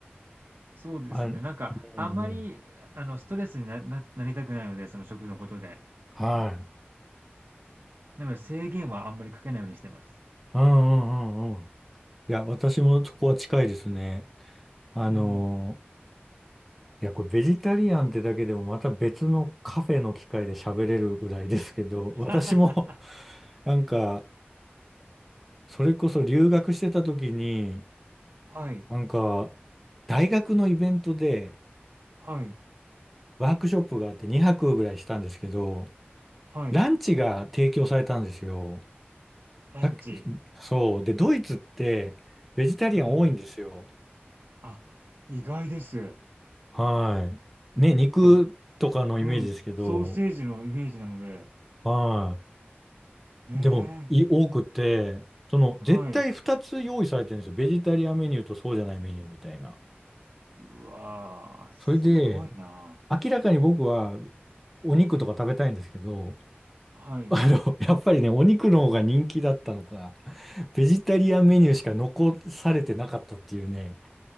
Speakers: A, on the right; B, in the centre.
A: そうですね、
B: あ、うんうん。
A: なんかあんまり、あの、ストレスになななりたくないので、その食のことで。
B: はい。
A: なので制限はあんまりかけないようにしてます。
B: うんうんうんうん。いや、私もそこは近いですね。あの
A: うん。
B: ー、いや、これベジタリアンってだけでもまた別のカフェの機会で喋れるぐらいですけど、
A: <laughs>
B: 私も <laughs> なんか、それこそ留学してた時に、
A: はい、
B: なんか、大学のイベントで
A: はい、
B: ワークショップがあって2泊ぐらいしたんですけど、
A: はい。
B: ランチが提供されたんですよ。
A: ランチ。
B: だっけそう。で、ドイツってベジタリアン多いんですよ。
A: うん。あ、意外です。
B: はい。ね、肉とかのイメージですけど、
A: でうん、ソーセージのイメージなので。
B: は
A: へえ、
B: い。でも、い、多くて、その、
A: はい。
B: 絶対2つ用意されてるんですよ。ベジタリアンメニューとそうじゃないメニューみたいな。
A: うわあ、すごいな。
B: それで、明らかに僕はお肉とか食べたいんですけど、
A: はい。
B: <laughs> あの、やっぱりね、お肉の方が人気だったのか、ベジタリアンメニューしか残されてなかったっていうね、